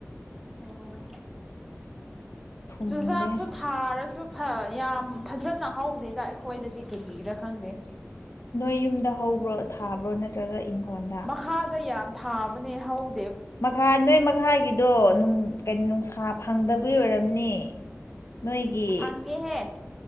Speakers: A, in the centre; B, on the left (about 65°).
A: ꯎꯝ
B: ꯊꯨꯝꯗꯦ
A: ꯆꯨꯖꯥꯛꯁꯨ ꯊꯥꯔꯁꯨ ꯐ ꯌꯥꯝ ꯐꯖꯅ ꯍꯧꯗꯦꯗ ꯑꯩꯈꯣꯏꯗꯗꯤ ꯀꯩꯒꯤꯔꯥ ꯈꯪꯗꯦ
B: ꯅꯣꯏ ꯌꯨꯝꯗ ꯍꯧꯕ꯭ꯔꯣ ꯊꯥꯕ꯭ꯔꯣ ꯅꯠꯇ ꯅꯠꯇꯔꯒ ꯢꯈꯣꯜꯗꯥ
A: ꯃꯈꯥꯗ ꯌꯥꯝ ꯊꯥꯕꯅꯦ ꯍꯧ
B: ꯃꯈꯥ ꯅꯣꯏ ꯃꯈꯥꯒꯤꯗꯣ ꯀ ꯅꯨꯡꯁꯥ ꯐꯪꯗꯕꯒꯤ ꯑꯣꯏꯔꯝꯅꯤ ꯅꯣꯏꯒꯤ
A: ꯐꯪꯉꯦꯍꯦ